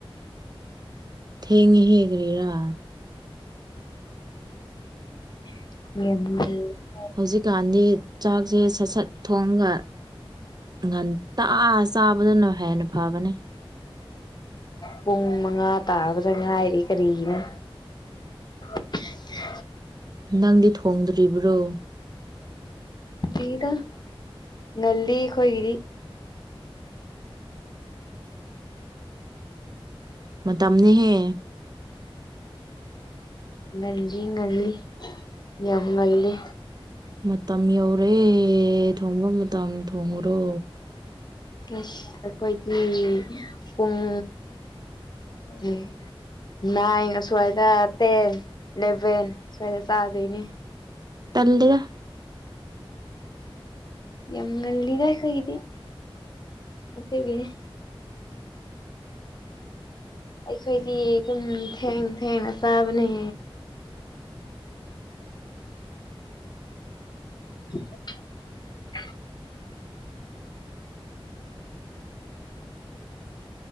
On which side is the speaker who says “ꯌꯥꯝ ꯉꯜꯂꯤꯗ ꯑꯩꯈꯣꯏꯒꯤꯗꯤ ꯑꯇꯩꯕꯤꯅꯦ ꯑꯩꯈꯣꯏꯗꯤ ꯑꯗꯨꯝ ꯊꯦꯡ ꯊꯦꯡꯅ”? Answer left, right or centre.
Left